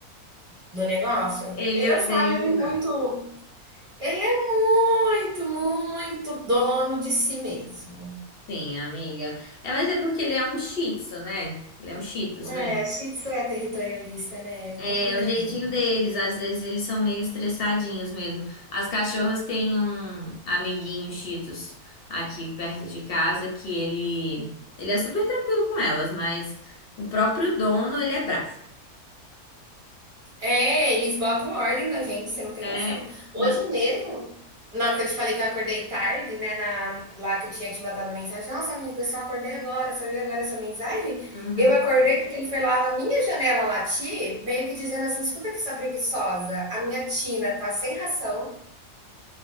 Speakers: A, on the right (about 25°); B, on the left (about 55°).
A: do negócio?
B: Ele
A: Eu
B: odeia
A: falo, ele
B: que
A: é muito.
B: lá.
A: Ele é muito, muito dono de si mesmo.
B: Sim, amiga. É, mas é porque ele é um shih tzu, né? Ele é um shih tzus, né?
A: É, Shih Tzu é territorialista, né? É
B: É,
A: complicadinho.
B: o jeitinho deles. Às vezes eles são meio estressadinhos mesmo. As cachorras têm um amiguinho shih tzus aqui perto de casa que ele... Ele é super tranquilo com elas, mas o próprio dono, ele é bravo.
A: É, eles botam ordem na gente, você não tem
B: É,
A: noção. Hoje
B: não.
A: mesmo, na hora que eu te falei que eu acordei tarde, né? Na, lá que eu tinha te mandado mensagem, nossa amiga, eu só acordei agora, só vi agora essa mensagem.
B: Uhum.
A: Eu acordei porque ele foi lá na minha janela latir, meio que dizendo assim: escuta que sua preguiçosa, a minha tina tá sem ração,